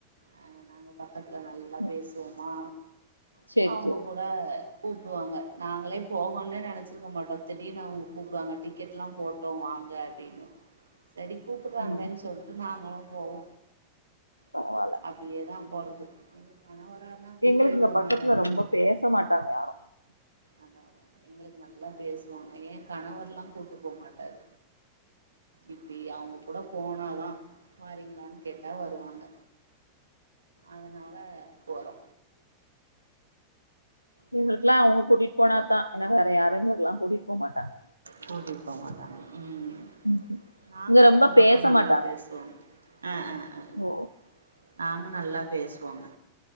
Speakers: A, on the right (about 75°); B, on the left (about 90°).
A: ஆஹ் நாங்க ப க்கத்துல நல்லா
B: ம்
A: பேசுவோமா
B: சேரி
A: அவுங்க
B: சேரி
A: கூட கூப்டுவாங்க நாங்களே போ ஒன்ன நெனச்சுருக்க மாட்டோ திட் டினு அவுங்க கூப்டுவாங்க டிக்கெட்லா போட்டோ வாங்க அப்டின்னு சேரி கூப்புறாங்களே
B: ம்
A: சொல்டு நாங்களு போவோ
B: பரவால்ல
A: அப்டியேதா போறது எங்க கணவரானா கூப்டே
B: எங்களுக்கு இங்க
A: போமாட்டாருங்க
B: பக்கத்துல ரொம்ப பேச மாட்டாங்க யாரு
A: அதா அதா அதா எங்களுக்கு நல்லா பேசுவாங்க ஏ கணவர்லா கூப்டு போமாட்டாரு இப்டி அவுங்க கூட போனாதா வாரீங்களான் கேட்டா வருவாங்க அதனால போறோ
B: உங்ளுக்கலா அவுங்க கூட்டிட் போனாதா ன்னா வேற யாரங்கல்லா கூடிட் போமாட்டாங்க
A: கூட்டிட் போமாட்டாங்க ம்
B: இங்க
A: நாங்க அக்கம்
B: ரொம்ப
A: பக்கம்
B: பேச
A: நல்லா
B: மாட்டாங்க
A: பேசுவோங்க ஆ ஆ ஆ ஆ
B: ஓ
A: நாங்க நல்லா பேசுவோங்க